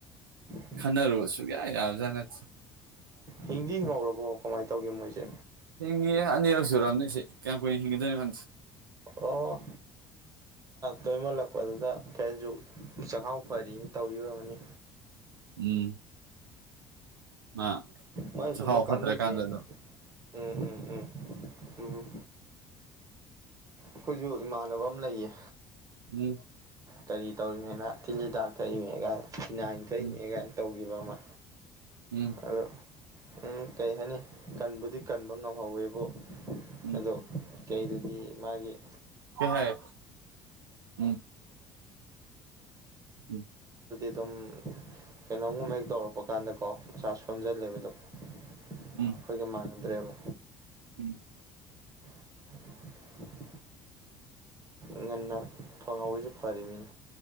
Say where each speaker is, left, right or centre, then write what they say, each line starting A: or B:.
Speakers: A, on the right; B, on the right.
A: <unintelligible>
B: ꯈꯠꯅꯔꯨꯕ ꯁꯨꯡꯌꯥ ꯌꯥꯕꯖꯥꯠ ꯅꯠ
A: ꯍꯤꯡꯗꯤ ꯍꯤꯡꯍꯧꯔꯕꯣ ꯀꯃꯥꯏꯅ ꯇꯧꯒꯦ ꯃꯣꯏꯁꯦ
B: ꯍꯤꯡꯉꯤ ꯑꯅꯤꯔꯛ ꯁꯨꯔꯝꯅ‌ꯦ ꯁꯤ ꯀꯌꯥꯝ ꯀꯨꯏꯅ ꯍꯤꯡꯒꯗꯣꯏꯅꯣ ꯈꯪꯗꯦ
A: ꯑꯣ ꯇꯣꯏꯃꯜꯂꯛꯄꯗꯨꯗ ꯀꯩꯁꯨ ꯆꯥꯛꯍꯥꯎ ꯐꯔꯤꯅꯤ ꯇꯧꯔꯤ ꯑꯣꯏꯔꯝꯅꯤ
B: ꯎꯝ ꯃꯥ
A: ꯃꯣꯏ
B: ꯆꯈꯥꯎ
A: ꯁꯨꯝꯕ ꯀꯥꯡꯕꯨꯁꯤ
B: ꯐꯠꯇ꯭ꯔꯀꯥꯟꯗ ꯑꯗꯨꯝ
A: ꯎꯝ ꯎꯝ ꯎꯝ ꯎꯝ ꯎꯝ ꯑꯩꯈꯣꯏꯁꯨ ꯏꯃꯥꯟꯅꯕ ꯑꯃ ꯂꯩꯌꯦ
B: ꯎꯝ
A: ꯀꯔꯤ ꯇꯧꯔꯤꯅꯤꯅ ꯇꯤꯜꯍꯤꯗꯥꯛ ꯊꯛꯏꯃꯤ ꯀꯥꯏꯅ ꯐ‌ꯦꯅꯥꯏꯜ ꯊꯛꯏꯅ‌ꯦ
B: ꯎꯝ ꯎꯝ
A: ꯀꯥꯏꯅ ꯇꯧꯈꯤꯕ ꯑꯃ
B: ꯎꯝ
A: ꯑꯣ ꯎꯝ ꯀꯩ ꯍꯥꯏꯅꯤ ꯀꯟꯕꯨꯗꯤ ꯀꯟꯕ ꯉꯝꯍꯧꯋꯦꯕ
B: ꯎꯝ
A: ꯑꯗꯣ <inaudible> <unintelligible> ꯃꯁꯥꯗꯨꯗꯤ
B: ꯀꯩ ꯍꯥꯏ ꯎꯝ ꯎꯝ
A: ꯑꯗꯨꯝ ꯀꯩꯅꯣꯝꯒꯨꯝ ꯍꯦꯛ ꯇꯧꯔꯛꯄ ꯀꯥꯟꯗꯀꯣ ꯃꯁꯥ ꯁꯣꯝꯖꯜꯂꯦꯕꯗꯣ ꯑꯩꯈꯣꯏꯒ
B: ꯎꯝ
A: ꯃꯥꯟꯅꯗ꯭ꯔꯦꯕ
B: ꯎꯝ
A: <unintelligible> ꯉꯟꯅ ꯐꯪꯍꯧꯔꯤꯁꯤ ꯐꯔꯤꯝꯅꯤꯅꯤ